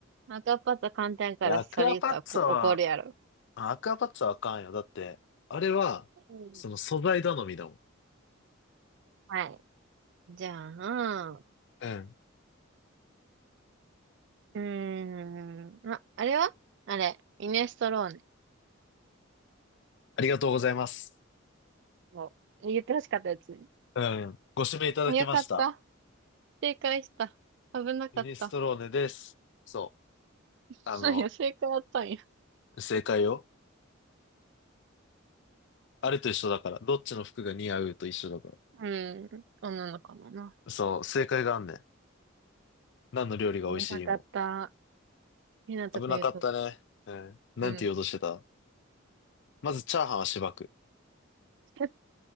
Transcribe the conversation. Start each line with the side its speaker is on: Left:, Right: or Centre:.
Right: 赤パス簡単やから、
Left: いや、アクアパッツァは、
Right: それ言ったらこ怒るやろ。
Left: あアクアパッツァはあかんよ。だって、あれは、
Right: うん
Left: その素材頼みだもん。
Right: はい。じゃあ、う
Left: うん。
Right: ーん、あ、あれはあれ、イネストロー
Left: ありがとうございます。
Right: もう、言ってほしかったやつね。
Left: うん。ご指名いただきました。
Right: よかった。正解した。危なかった。
Left: ミネストローネです。そ
Right: <laughs>
Left: う。あの、
Right: そうや、正解あったんや。
Left: 正解よ。あれと一緒だから。どっちの服が似合うと一緒だか
Right: うん。女の子のな。
Left: ら。そう、正解があんねん。何の料理が美味しいも。
Right: 危なかった。ひなとくんよく。
Left: 危なかったね。うん。なんて言おうとしてた
Right: うん。
Left: まず、チャーハンはしばく。
Right: <laughs>